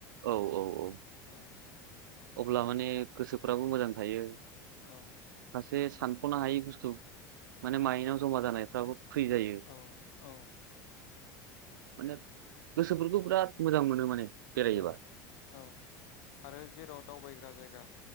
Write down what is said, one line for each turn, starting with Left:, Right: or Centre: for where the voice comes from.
Right: औ औ औ
Left: अ
Right: अब्ला माने गोसोफ्राबो मोजां थायो।
Left: औ
Right: से सानफ'नो हायै बुस्थु माने माइनाव जमा जानायफ्राबो फ्रि जायो
Left: औ औ
Right: माने गोसोफोरखौ बिराद मोजां मोनो माने बेरायोबा
Left: औ औ आरो जेराव दावबायग्रा जायगा